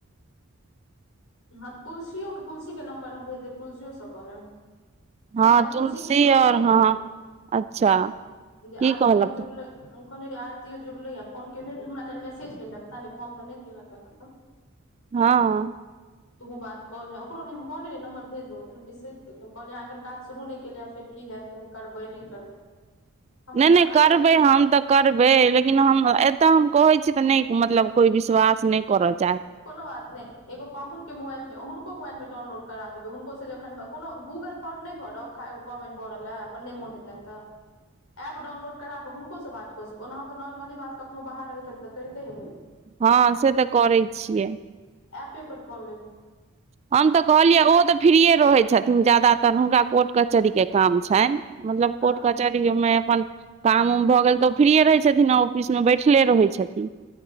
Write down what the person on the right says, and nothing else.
हँ
और
हँ अच्छा
की
कहलक
हाँ
नइ नइ
करबै हम तऽ करबै लेकिन हम एतअ हम कहै छीयै तऽ नहि मतलब कोई विश्वास नहि करत
हँ से तऽ करै छियै
हम तऽ कहलियै ओहो तऽ फ्रीये रहै छथिन ज्यादातर हुनका कोर्ट कचहरी के काम छैन मतलब
कोर्ट कच मे अपन काम उम भऽ गेल तऽ ओ फ्रीये रहै छथिन ऑफिस मे बैठले रहै छै छथि